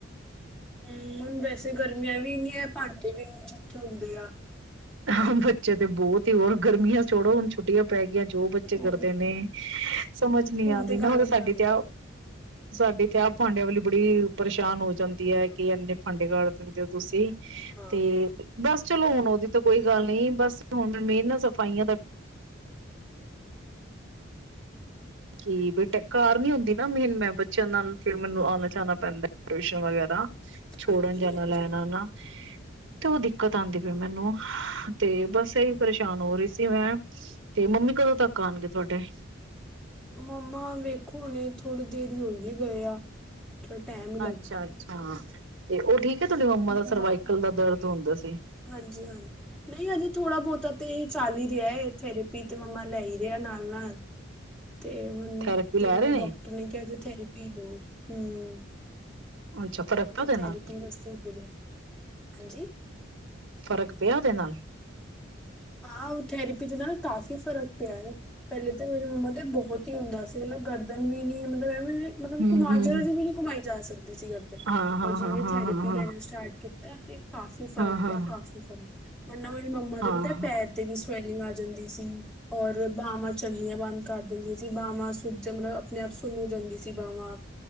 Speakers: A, in the centre; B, on the right.
A: ਹੂੰ, ਵੈਸੇ ਗਰਮੀਆਂ ਵੀ ਇੰਨੀਆਂ ਭਾਂਡੇ ਵੀ ਇੰਨੇ ਜੂਠੇ ਇਕਥੇ ਹੁੰਦੇ ਆ
B: ਹਾਂ,
A: ਹਨਾ
B: ਬੱਚੇ ਤੇ ਬਹੁਤ ਤੇ ਹੋਰ ਗਰਮੀਆਂ ਚੋੜੋ ਹੁ ਛੁਟੀਆਂ ਪੈ ਗਈਆਂ, ਜੋ ਬੱਚੇ
A: ਹੋਰ
B: ਕਰਦੇ ਨੇ ਸਮਝ ਨੀ ਆਉਂਦੀ
A: ਤੇ
B: ਨਾ,
A: ਗਾਂਦੇ
B: ਹੁਣ ਤਾਂ ਸਾਡੀ
A: ਗਾਂਦੇ
B: ਤੇ ਸਾਡੇ ਤੇ, ਆ ਭਾਂਡਿਆਂ ਵਾਲੀ ਬੜੀ ਪਰੇਸ਼ਾਨ ਹੋ ਜਾਂਦੀ ਹੈ
A: ਹਾਂ
B: ਕਿ ਇੰਨੇ ਭਾੰਡੇ ਕਰ ਦਿੰਦੇ ਹੋ ਤੁਸੀਂ
A: ਹਾਂ
B: ਤੇ ਬਸ ਚਲੋ, ਹੁਣ ਉਹਦੀ ਤਾਂ ਕੋਈ ਗੱਲ ਨਹੀਂ, ਬਸ ਹੁਣ ਮੇਨ ਨਾ ਸਫ਼ਾਈਆਂ ਦਾ ਕੀ ਬੇਟੇ ਕਾਰ ਨੀ ਹੁੰਦੀ ਨਾ ਮੇਨ ਮ ਨਾਲ ਫਿਰ ਮੈਨੂੰ
A: ਹਾਂ
B: ਆਉਣਾ ਜਾਣਾ ਪੈਂਦਾ ਏ, ਟਿਊਸ਼ਨ ਵਗੈਰਾ ਤਾਂ, ਛੋੜਨ
A: ਹਾਂਜੀ
B: ਜਾਣਾ
A: ਹਾਂਜੀ
B: ਲੈਣਾ ਨਾ ਕਿਓ ਉਹ ਦਿੱਕਤ ਆਉਂਦੀ ਪਈ, ਮੈਨੂੰ,
A: ਹਾਂ
B: ਤੇ ਬਸ ਇਹੀ ਪਰੇਸ਼ਾਨ ਹੋ ਰਹੀ ਸ ਤੇ ਮੈਂ, ਤੇ ਮੰਮੀ ਕਦੋਂ ਤੱਕ ਆਉਣਗੇ ਤੁਹਾਡੇ?
A: ਮੰਮਾ ਵੇਖੋ, ਹੁਣੇ ਥੋੜ੍ਹੀ ਦੇਰ ਹੋਈ ਏ ਗਏ ਆ। ਥੋੜਾ ਟਾਈਮ ਹੀ
B: ਅੱਛਾ- ਅੱਛਾ। ਤੇ ਉਹ ਠੀਕ ਹੈ। ਤੁਹਾਡੀ ਮੰਮਾ
A: ਮੰ
B: ਦਾ ਸਰਵਾਈਕਲ
A: ਹਾਂਜੀ-
B: ਦਾ ਦਰਦ ਹੁੰਦਾ ਸੀ
A: ਹਾਂਜੀ। ਨਹੀਂ, ਅਜੇ ਥੋੜਾ- ਬਹੁਤਾ ਤੇ ਚਾਲ ਹੀ ਰਿਹਾ, ਇਥੇ ਪ੍ਰੀਤੀ ਮੰਮਾ ਲਿਆਈ ਰਹੇ ਆ, ਨਾਲ- ਨਾਲ। ਤੇ ਹੁਣ
B: ਥੈਰੇਪੀ
A: ਤੇ
B: ਲੈ
A: ਮਨ
B: ਰਹੇ
A: ਡਾਕਟਰ ਨੇ ਕਿਹਾ ਜੇ ਥੈਰੇਪੀ ਲੋਕ ਹੂੰ
B: ਅੱਛਾ ਫਰਕ
A: ਉਹ
B: ਪਿਆ ਉਹਦੇ
A: ਥੈਰੇਪੀ
B: ਨਾਲ
A: ਵਾਸਤੇ ਹੀ ਬੋਲਿਆ ਹਾਂਜੀ?
B: ਫ਼ਰਕ ਪਿਆ ਉਹਦੇ ਨਾਲ?
A: ਹਾਂ, ਉਹ ਥੈਰੇਪੀ ਦੇ ਨਾਲ ਕਾਫ਼ੀ ਫਰਕ। ਪਿਆ ਪਹਿਲੇ ਤਾਂ, ਮੇਰੀ ਮੰਮਾ ਤੇ ਬਹੁ ਬਹੁਤ ਹੀ ਹੁੰਦਾ ਸੀ। ਮਤਲਬ ਗਰਦਨ ਵੀ ਨੀ ਮਤਲਬ ਮਤਲਬ
B: ਹਮ
A: ਕਮਾ
B: ਹਮ
A: ਜ ਦੀ ਵੀ ਨੀ ਕਮਾਈ ਜਾ ਸਕਦੇ ਨਹੀ ਸੀ ਵਰਤਣ
B: ਹਾਂ ਹਾਂ
A: ਜਿਵੇਂ
B: ਹਾਂ ਹਾਂ
A: ਥੈਰੇਪੀ
B: ਹਾਂ ਹਾਂ
A: ਲੈਣਾ ਸਟਾਰਟ ਇਹ ਤੇ ਕਾਫੀ ਫਰਕ
B: ਹਾਂ
A: ਪਿਆ ਹੈ ਕਾਫੀ ਫਰਕ <unintelligible>
B: ਹਾਂ ਹਾਂ
A: ਵੀ ਸਵੈਲਿੰਗ ਆ ਜਾਂਦੀ ਸੀ ਔਰ ਬਾਹਵਾਂ ਚੰਗੀਆਂ ਬੰਦ ਕਰ ਦਿੰਦੀਆਂ ਸੀ ਬਾਹਵਾਂ ਸੁੱਜ ਮਤਲਬ ਆਪਣੇ ਆਪ ਸੁਨ ਜਾਂਦੀ ਸੀ ਬਾਹਵਾਂ